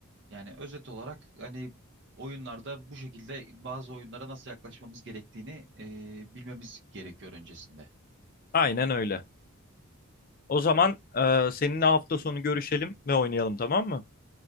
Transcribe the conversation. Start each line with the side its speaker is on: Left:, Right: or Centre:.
Right: Yani özet olarak hani oyunlarda bu şekilde bazı oyunlara nasıl yaklaşmamız gerektiğini e, bilmemiz gerekiyor öncesinde.
Left: Aynen öyle. O zaman e, seninle hafta sonu görüşelim ve oynayalım tamam mı?